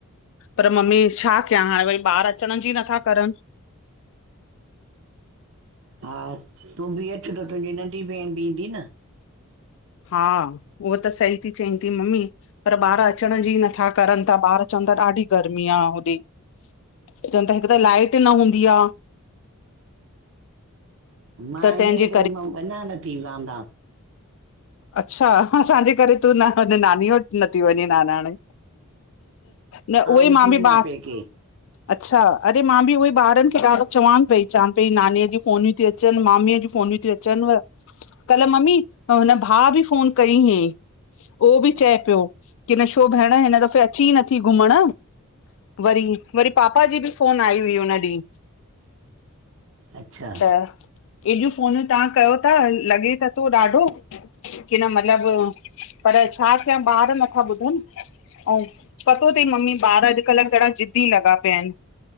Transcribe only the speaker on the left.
पर मम्मी छा कयया हाणे वरी बार अचण जी नथा करण।
हा उहा त सही थी चईं थी मम्मी पर ॿार अचण जी नथा करनि था ॿार चवनि था ॾाढी गर्मी आ होॾे। चवनि था हिकु त लाइट न हूंदी आ।
त तंहिंजे
अच्छा, असांजे करे तूं न हुन नानी वटि नथी वञे नानाणे न उहो ई
मां
बा
अच्छा, अड़े मां बि उहई ॿारनि खे ॾाढो चवांनि पेई चवां पई नानीअ जी फोन ती अचनि मामीअ जी फोनीयूं ती अचनव कल्ह ममी ओ हिन हा बि फ़ोन कई हुईं ओ बि चए पियो की न छो भेण हिन दफ़े अची ई नथी घुमण वरी, वरी पापा जी बि फोन आई हुई हुन ॾींहं
त हेॾियूं फ़ोनूं तव्हां कयो था लॻे त थो ॾाढो के न मतलब पर छा कयां? ॿार नथा ॿुधन अऊं पतो तई मम्मी ॿार अजकल घणा ज़िदी लॻा पया आहिन।